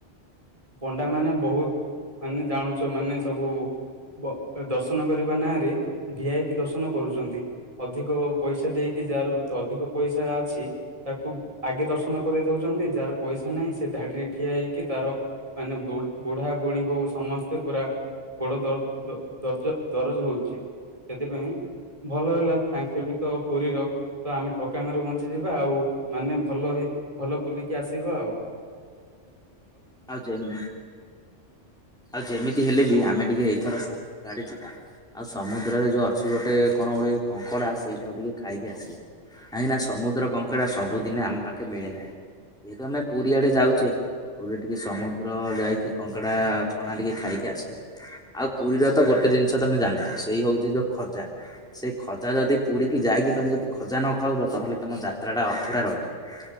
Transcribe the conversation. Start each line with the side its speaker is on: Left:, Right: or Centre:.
Right: ପଣ୍ଡା ମାନେ ବହୁତ ମାନେ ଜାଣୁଛ ମାନେ ସବୁ ବ ଦର୍ଶନ କରିବା ନାଁରେ ଭି ଆଇ ପି ଦର୍ଶନ କରୁଛନ୍ତି। ଅଧିକ ପଇସା ଦେଇକି ଯାହାର ଅଧିକ ପଇସା ଅଛି ତାକୁ ଆଗେ ଦର୍ଶନ କରି ଦଉଛନ୍ତି ଯାହାର ପଇସା ନାହିଁ ସେ ଧାଡିରେ ଠିଆ ହେଇକି ତାର ମାନେ ବୁ-ବୁଢା ବୁଢୀ ହଉ ସମସ୍ତ ସ୍ତେ ପୁରା ଗୋଡ ଦ-ଦ-ଦର୍ଜ-ଦରଜ ହଉଛି ସେଥିପାଇଁ ଭଲ ହେଲା ତାଙ୍କେ ବି ତ ପୁରୀର ତ ଆମେ ଠକାମୀ ରୁ ବଞ୍ଚ ଯିବା ଆଉ ମାନେ ଭଲ ହେଇ ଭଲ ବୁଲିକି ଆସିବା ଆଉ।
Centre: ଆଉ ଜେମ୍ ଆଉ ଯେମିତି ହେଲେ ବି ଆମେ ଟିକେ ଏଇଥର ସମୁଦ୍ର ଆଡେ ଯିବା। ଆଉ ସମୁଦ୍ରରେ ଯୋଉ ଅଛି ଗୋଟେ କଣ ଗୋଟେ କଙ୍କଡ଼ା ସେଇଟାକୁ ଟିକେ ଖାଇକି ଆସିବା। କାହିଁକିନା ସମୁଦ୍ର କଙ୍କଡ଼ା ସବୁଦିନେ ଆମ ପାଖେ ମିଳେନାହିଁ। ଯେହେତୁ ଆମେ ପୁରୀ ଆଡେ ଯାଉଛେ ପୁରୀରେ ଟିକେ ସମୁଦ୍ର ଯାଇକି କଙ୍କଡା ଛଣା ଟିକେ ଖାଇକି ଆସିବା, ଆଉ ପୁରୀର ତ ଗୋଟେ ଜିନିଷ ତମେ ଜାଣିଛ ସେଇ ହଉଛି ଯୋଉ ଖଜା। ସେ ଖଜା ଯଦି ପୁରୀକି ଯାଇକି ତମେ ଯଦି ଖଜା ନ ଖାଉଛ ତାହେଲେ ତମ ଯାତ୍ରାଟା ଅଧୁରା ରହିଯିବ।